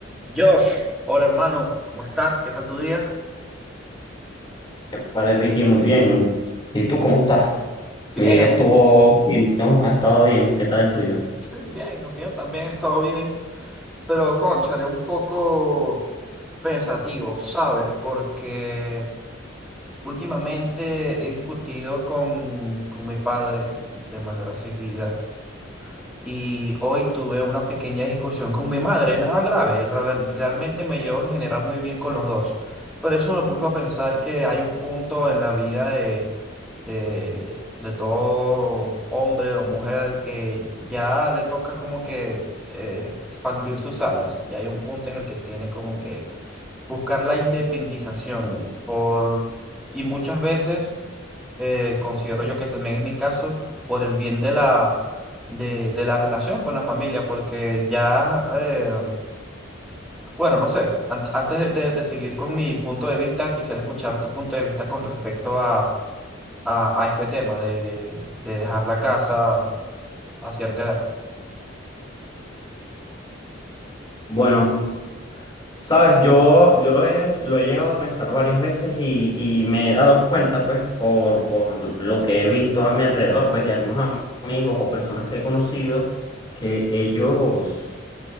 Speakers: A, in the centre; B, on the left (about 25°).
A: Josh, hola hermano, ¿cómo estás? ¿Qué tal tu día?
B: Vale, Ricky, muy bien. ¿Y tú cómo estás?
A: Bien,
B: Mi día
A: herm-
B: estuvo fino, ha estado bien. ¿Qué tal el tuyo?
A: sí, bien, el mío también ha estado bien, pero cónchale, un poco pensativo, ¿sabes? Porque últimamente he discutido con, con mi padre de manera seguida y hoy tuve una pequeña discusión con mi madre, nada grave, ra- realmente me llevo en general muy bien con los dos, pero eso me puso a pensar que hay un punto en la vida de, de, de todo hombre o mujer que ya le toca como que eh, expandir sus alas, ya hay un punto en el que tiene como que buscar la independización por, y muchas veces eh, considero yo que también es mi caso, por el bien de la, de, de la relación con la familia, porque ya, eh, bueno, no sé, an- antes de, de- de seguir con mi punto de vista, quisiera escuchar tu punto de vista con respecto a, a, a este tema de, de, de dejar la casa a cierta edad.
B: Bueno, sabes, yo, yo lo he, lo he llegado a pensar varias veces y, y me he dado cuenta, pues, por, por lo que he visto a mi alrededor, pues, de algunos am- amigos o personas que he conocido, que ellos,